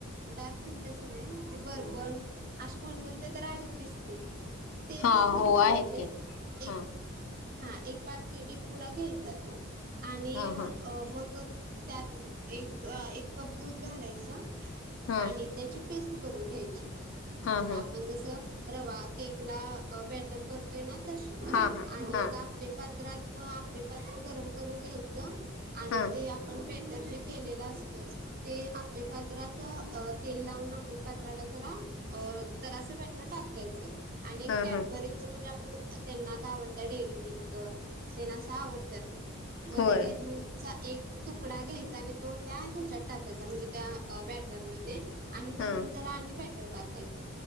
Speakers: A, on the right; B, on the left.
A: डार्क फिंटसी नाही. ते बरबण असे कोणकोणते तर आहेत बिस्किट. ते
B: हा
A: बिस्किट
B: हो
A: घ्यायचेत.
B: आहेत की हा
A: एक हा एक पाकी, एक पुडा घ्यायचा तो. आणि
B: हा
A: अ
B: हा
A: मग त्यात एक अ एक कप दूध घालायचं.
B: हा
A: आणि त्याची पेस्ट करून घ्यायची.
B: हा
A: आपण
B: हा
A: जसं रवा, केकला बॅटर करतोय ना तशी.
B: हा हा
A: आणि
B: हा
A: एक आपेपात्रात. मग आपेपात्र गरम करून घ्यायचं आणि
B: हा
A: तेआप्पे पण बेटर जे केलेला असतय ते आप्पे पात्रात, तेल लावून आप्पे पात्राला जरा अ तर असं बेटर टाकायचं. आणि एक
B: हा
A: कॅडबरीचं
B: हा
A: म्हणजे, आपण त्यांना आता आवडत त्या डेअरी मिल्क, तेन असं आवडतात. मग
B: होय
A: त्या डेअरी मिल्क चा एक तुकडा घ्यायचा. आणि तो त्या ह्याच्यात टाकायचा. म्हणजे त्या बॅटरमध्ये आणि भरून
B: हा
A: जरा आणि बॅटर टाकायच.